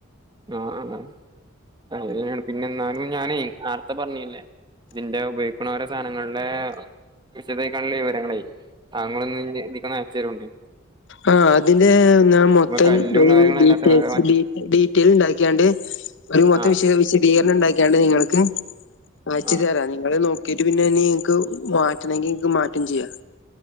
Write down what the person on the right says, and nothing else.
ആഹ് ആഹ് അങ്ങനാണ് പിന്നെന്നാലും ഞാനേയ് നാർത്തെ പറഞ്ഞില്ലേ ഇതിന്റെ ഉപയോഗിക്കുന്ന ഓരോ സാധനങ്ങളിലെ വിസതൈക്കാറുള്ള വിവരങ്ങളായി. അങ്ങളെന്ന് ഇതി കൊന്ന് അയച്ചെരൂണ്ടി
കല്ലും
കാര്യങ്ങളും
അല്ലാത്ത വേറെ
ആഹ്
ആഹ്